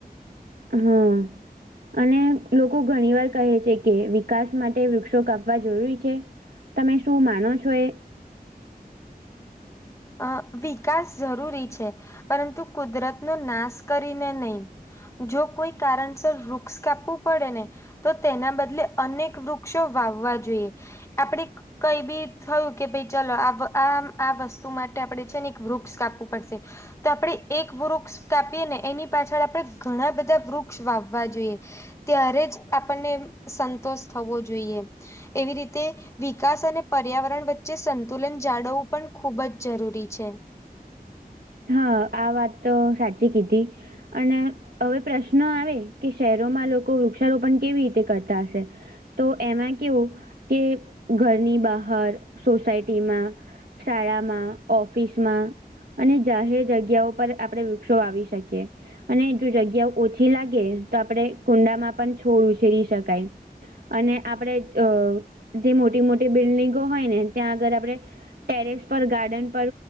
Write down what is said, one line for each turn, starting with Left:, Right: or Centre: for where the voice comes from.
Right: હા. અને લોકો ઘણી વાર કહે છે કે વિકાસ માટે વૃક્ષો કાપવા જરૂરી છે. તમે શું માનો છો એ.
Left: અ વિકાસ જરૂરી છે પરંતુ કુદરતનો નાશ કરીને નહીં. જો કોઈ કારણસર વૃક્ષ કાપવું પડે ને. તો તેના બદલે અનેક વૃક્ષો વાવવા જોઈએ. આપણે કઈ બી થયું કે ભાઈ ચલો આમ આ વસ્તુ. તુ માટે આપણેે છે ને એક વૃક્ષ કાપવું પડશે તો આપણે એક વૃક્ષ કાપીએ ને એની પાછળ આપણે ઘણા બધા વૃક્ષ વાવવા જોઈએ. ત્યારે જ આપણને સંતોષ થવો જોઈએ. એવી રીતે વિકાસ અને પર્યાવરણ વચ્ચે સંતુલન જાળવવું પણ ખૂબ જ. જરૂરી છે.
Right: હા આ વાત તો સાચી કીધી અને. હવે પ્રશ્ન આવે કે શહેરોમાં લોકો વૃક્ષારોપણ કેવી રીતે કરતા હશે. તો એમાં કેવું કે ઘરની બહાર સોસાયટીમાં શાળામાં ઓફિસમાં અને જાહેર જગ્યા પર આપડે વૃક્ષો વાવી શકીએ. અને જો જગ્યા ઓછી લાગે તો આપણે કુંડામાં પણ છોડ ઉછેરી શકાય. અને આપડે અ જે મોટી મોટી બિલ્ડિંગો હોય ને ત્યાં આગળ આપણે. ટેરેસ પર ગાર્ડન પર